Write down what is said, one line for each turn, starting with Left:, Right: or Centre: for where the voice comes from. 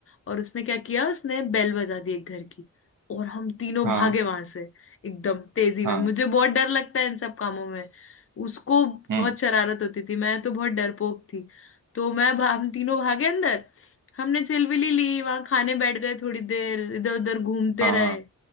Left: और उसने क्या किया उसने बेल बजा दी एक घर की और हम तीनों
Right: हाँ
Left: भागे वहां से एकदम तेजी
Right: हाँ
Left: में मुझे बहुत डर लगता है इन सब कामों में उसको
Right: हम्म
Left: बहुत शरारत होती थी मैं तो बहुत डरपोक थी तो मैं भा- हम तीनों भागे अंदर हमने चिलविली ली वहां खाने बैठ गए थोड़ी देर इधर उधर घूमते
Right: हाँ
Left: रहे
Right: हाँ